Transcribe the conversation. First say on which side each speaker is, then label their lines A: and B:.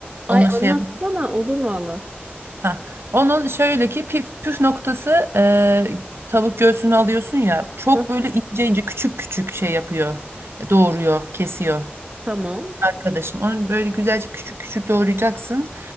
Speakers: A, on the right; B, on the right.
A: onu
B: Ay anlatsana
A: şey yap.
B: olur valla.
A: Ha. Onun şöyle ki püf, püf noktası e, tavuk göğsünü alıyorsun ya çok
B: Hı.
A: böyle ince ince küçük küçük şey yapıyor. Doğruyor, kesiyor
B: Tamam.
A: arkadaşım. Onu böyle güzelce küçük küçük doğrayacaksın.